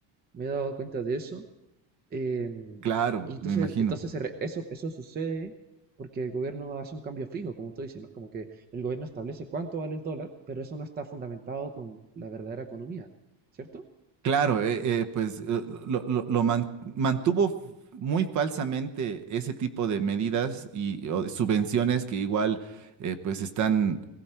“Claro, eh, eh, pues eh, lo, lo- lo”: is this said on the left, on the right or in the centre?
Right